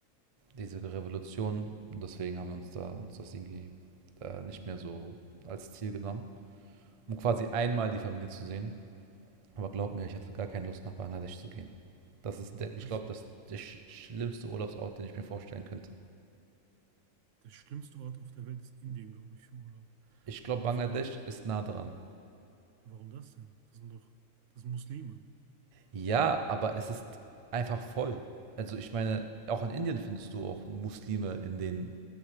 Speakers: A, on the right; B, on the right.
A: diese Revolution und deswegen haben wir uns da uns das irgendwie äh, nicht mehr so als Ziel genommen, um quasi einmal die Familie zu sehen. Aber glaub mir, ich hatte gar keine Lust nach Bangladesch zu gehen. Das ist
B: Warum
A: der, ich
B: das
A: glaube,
B: denn?
A: das ist der sch schlimmste Urlaubsort, den ich mir vorstellen könnte.
B: Der schlimmste Ort auf der Welt ist Indien, glaube ich, für Urlaub.
A: Ich glaube,
B: Warum
A: Bangladesch
B: so Bangla?
A: ist nah dran.
B: Warum das denn? Das sind doch, das sind Muslime.
A: Ja, aber es ist einfach voll. Also ich meine, auch in Indien findest du auch Muslime in den